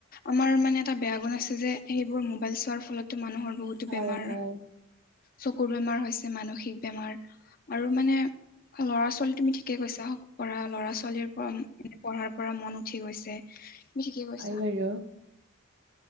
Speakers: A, on the left; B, on the right.
A: আমাৰ মানে এটা বেয়া গুণ আছে যে, সেইবোৰ মোবাইল চোৱাৰ ফলতো মানুহৰ বহুত- টো
B: হয়
A: বেমাৰ।
B: হয়
A: চকুৰ বেমাৰ হৈছে, মানসিক বেমাৰ, আৰু মানে- ল'ৰা-ছোৱালী তুমি ঠিকে কৈছা। ল'ৰা-ছোৱালীৰ কম- পঢ়াৰ পৰা মন উঠি গৈছে, তুমি ঠিকে কৈছা।
B: হয় বাৰু